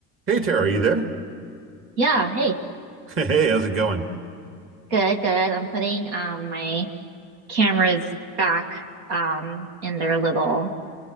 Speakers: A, on the right; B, on the right.
A: Hey Tara, are you there?
B: Yeah, hey.
A: <laughs> Hey, how's it going?
B: Good, good. I'm putting um my cameras back um in their little